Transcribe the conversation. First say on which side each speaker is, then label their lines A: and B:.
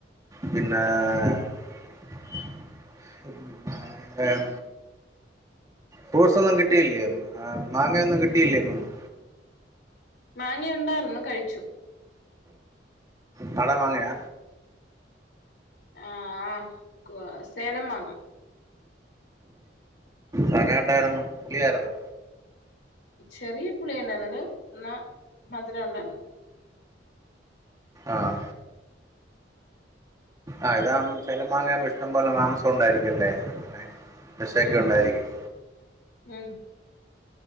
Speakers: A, on the right; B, on the left.
A: പിന്നെ.. <unintelligible> അഹ് ഫ്രൂട്ട്സ് ഒന്നും കിട്ടിയില്ലേ ഹെ മാങ്ങയൊന്നും കിട്ടയില്ലേ ഇങ്ങൊന്നും?
B: മാങ്ങയുണ്ടായിരുന്നു കഴിച്ചു.
A: നാട മാങ്ങയാ?
B: ആഹ ആ് കുസേലമാങ്ങ.
A: സമയണ്ടായിരുന്നു പൊളിയായിുന്നോ?
B: ചെറിയ പുളിയ ഉണ്ടായിരുന്നല് എന്ന മധുരം ഉണ്ടായിരുന്നു.
A: ആഹ ആഹ് ഇതാ ചെലം മാാങ്ങയാമ്പോ ഇഷ്ടം പോലെ മാംസം ഉണ്ടായിരിക്കുംല്ലേെ? മശൊക്കെ
B: ഉം
A: ഉണ്ടായിരിക്കും.
B: ഉം